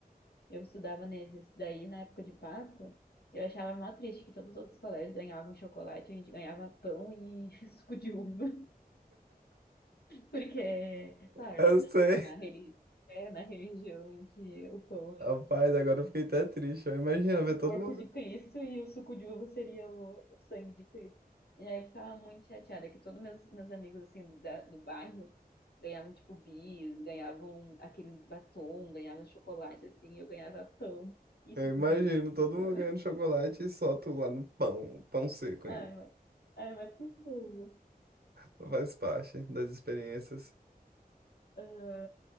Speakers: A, on the left; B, on the right.
A: Eu estudava neles. Daí, na época de Páscoa, eu achava mó triste que todos os outros colégios ganhavam chocolate, a gente ganhava pão e <laughs> suco de uva. Porque, claro,
B: Eu
A: né,
B: sei.
A: na, na, reli- é, na religião em que o pão
B: Rapaz, agora eu fiquei até triste. Eu imagino ver
A: o
B: todo
A: corpo
B: mundo.
A: de Cristo e o suco de uva seria o, o sangue de Cristo. E aí eu ficava muito chateada que todos meus, meus amigos assim da- do bairro ganhavam tipo bis, ganhavam aqueles batom, ganhavam chocolate assim, e eu ganhava pão e
B: Eu
A: suco
B: imagino
A: de uva.
B: todo
A: <laughs>
B: mundo ganhando chocolate e só tu lá no pão, pão seco
A: Ai,
B: ainda.
A: mas, ai, mas tristeza.
B: Faz parte das experiências.
A: Ah,